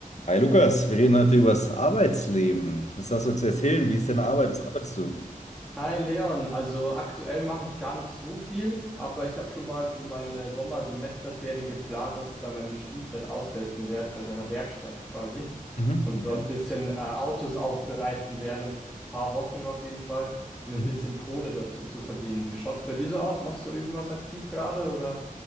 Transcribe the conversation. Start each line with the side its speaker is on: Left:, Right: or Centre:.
Left: Hi Lukas, wir reden heute über das Arbeitsleben. Was hast du zu erzählen? Wie ist deine Arbeit? Was arbeitest du?
Centre: Hi Leon, also aktuell mache ich gar nicht so viel, aber ich habe schon mal für meine Sommersemesterferien geplant, dass ich bei meinem Stiefdad aushelfen werde, bei seiner Werkstatt quasi
Left: Mhm,
Centre: und
Left: okay.
Centre: dort ein bisschen äh, Autos aufbereiten werde, ein paar Wochen auf jeden Fall, um ein
Left: Mhm.
Centre: bisschen Kohle dazu zu verdienen. Wie schaut's bei dir so aus? Machst du irgendwas aktiv gerade oder?